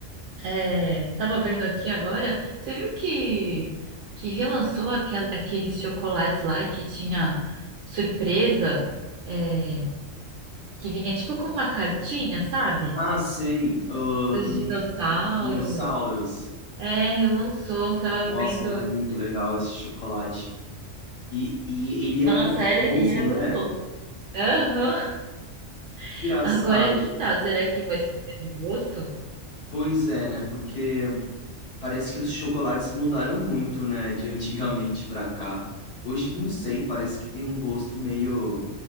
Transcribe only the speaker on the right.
é, tava vendo aqui agora, você viu que, que relançou aquel- aqueles chocolates lá que tinha surpresa, é, que vinha tipo com uma cartinha, sabe?
Dos
dinossauros.
É, relançou, tava
vendo.
Nossa,
era, e era gostoso.
Aham. <laughs>
Agora que tá, será que vai ser o mesmo gosto?